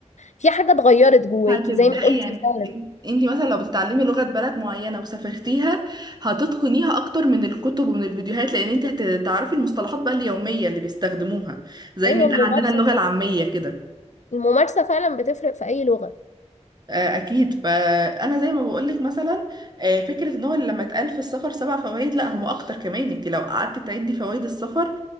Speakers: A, on the left (about 75°); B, on the right (about 35°).
A: في حاجة اتغيرت جواكي
B: هتبدأي
A: زي ما قلتي
B: يعني
A: فعلا
B: انت مثلا لو بتتعلمي لغة بلد معينة وسافرتيها هتتقنيها أكتر من الكتب ومن الفيديوهات لأن انت هتعرفي المصطلحات بقى اليومية اللي بيستخدموها زي
A: أيوة
B: ما يتقال
A: الممارسة
B: عندنا اللغة العامية كده
A: الممارسة فعلا بتفرق في أي لغة
B: آه، اكيد فانا زي ما بقولك مثلا آه، فكره ان هو لما اتقال في السفر سبع فوائد لا هم اكتر كمان انت لو قعدت تعدي فوائد السفر